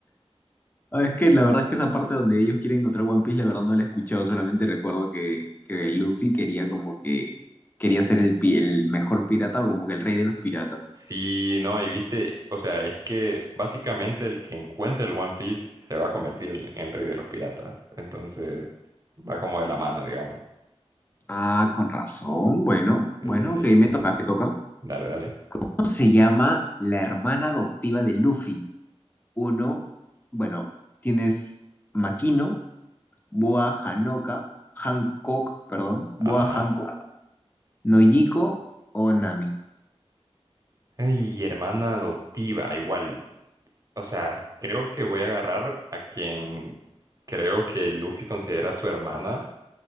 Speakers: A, on the left; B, on the right.
A: Ah, Es que la verdad es que esa parte donde ellos quieren encontrar One Piece, la verdad no la he escuchado, solamente recuerdo que, que Luffy quería como que quería ser el, pi- el mejor pirata o como que el rey de los piratas.
B: Sí, no, y viste, o sea, es que básicamente el que encuentre el One Piece se va a convertir en, en el rey de los piratas. Entonces, va como de la mano, digamos.
A: Ah, con razón, bueno,
B: Sí,
A: bueno,
B: sí, sí.
A: ok, me toca, me toca.
B: Dale, dale.
A: ¿Cómo se llama la hermana adoptiva de Luffy? Uno, bueno, tienes Makino, Boa Hanoka, Hancock, perdón, Boa
B: Ajá.
A: Hancock, Nojiko o Nami.
B: Y hermana adoptiva, igual. O sea, creo que voy a agarrar a quien creo que Luffy considera su hermana.